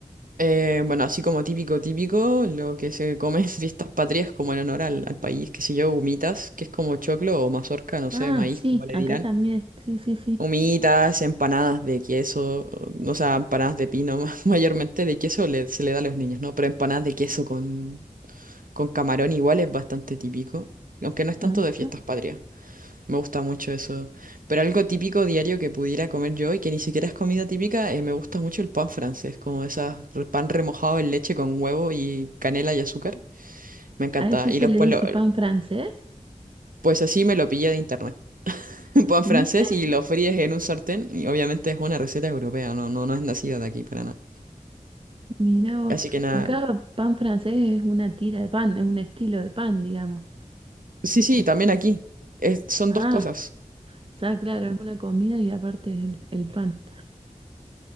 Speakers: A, on the right; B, on the right.
A: eh, bueno, así como típico, típico, lo que se come en fiestas patrias como en honor al, al país, qué sé yo, humitas, que es como choclo o mazorca, no
B: Ah,
A: sé, maíz,
B: sí,
A: como le
B: acá
A: dirán.
B: también. Sí, sí, sí.
A: Humitas, empanadas de queso, o o sea, empanadas de pino, <laughs> mayormente de queso le- se le da a los niños, ¿no? Pero empanadas de queso con, con camarón igual es bastante típico, aunque no es tanto
B: Ajá.
A: de fiestas patrias. Me gusta mucho eso. Pero algo típico diario que pudiera comer yo y que ni siquiera es comida típica, eh, me gusta mucho el pan francés, como esas re- pan remojado en leche con huevo y canela y azúcar. Me encanta.
B: ¿A eso se
A: Y los
B: le
A: pueblos,
B: dice pan francés?
A: pues así me lo pillé de internet. <laughs> un pan
B: Mira,
A: francés y lo fríes en un sartén. Y obviamente es una receta europea, no, no, no es nacida de aquí para nada.
B: mira vos.
A: Así que nada.
B: Acá pan francés es una tira de pan, es un estilo de pan, digamos.
A: Sí, sí,
B: O sea,
A: también aquí. Es- son
B: ah,
A: dos cosas.
B: O sea, claro, es una comida y aparte es el, el pan.